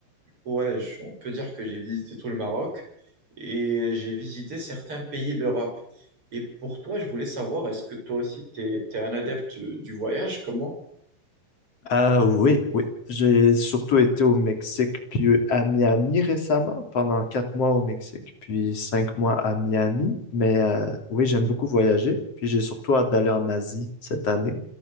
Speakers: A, on the right (about 30°); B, on the left (about 40°).
A: Ouais, je- on peut dire que j'ai visité tout le Maroc et j'ai visité certains pays d'Europe. Et pour toi, je voulais savoir, est-ce que toi aussi, tu es, un adepte euh, du voyage? Comment?
B: Euh, oui, oui. J'ai surtout été au Mexique, puis à Miami récemment, pendant quatre mois au Mexique, puis cinq mois à Miami. Mais euh, oui, j'aime beaucoup voyager, puis j'ai surtout hâte d'aller en Asie cette année.